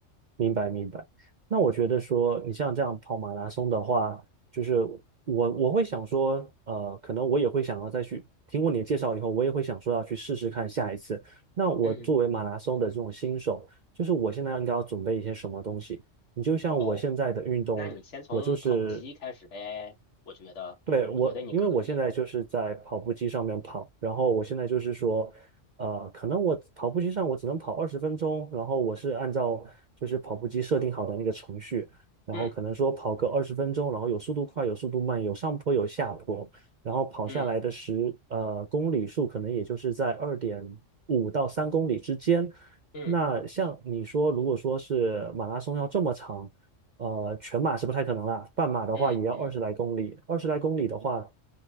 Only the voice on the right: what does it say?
明白明白。那我觉得说，你像这样跑马拉松的话，就是我我会想说，呃，可能我也会想要再去听过你的介绍以后，我也会想说要去试试看下一次。那我作为马拉松的这种新手，
就是我现在应该要准备一些什么东西？你就像我现在的运动，
我就是
对，我，
因为我现在就是在跑步机上面跑，然后我现在就是说，呃，可能我跑步机上我只能跑二十分钟，然后我是按照就是跑步机设定好的那个程序，然后可能说跑个二十分钟，
然后有速度快，有速度慢，有上坡有下坡，然后跑下来的十呃公里数可能也就是在二点五到三公里之间。
那像你说，如果说是马拉松要这么长。呃，全马是不太可能啦，半马的话也要二十来公里，
二十来公里的话，